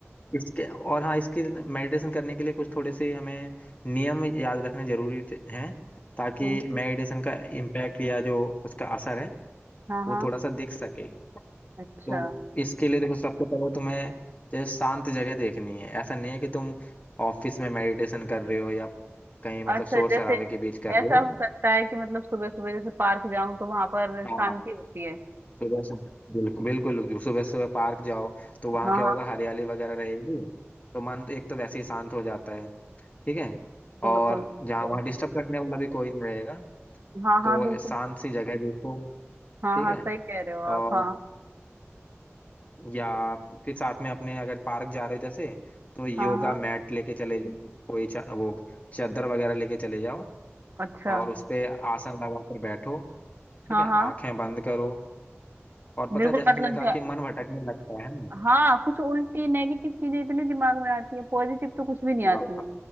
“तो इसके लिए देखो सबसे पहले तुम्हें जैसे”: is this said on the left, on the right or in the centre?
Left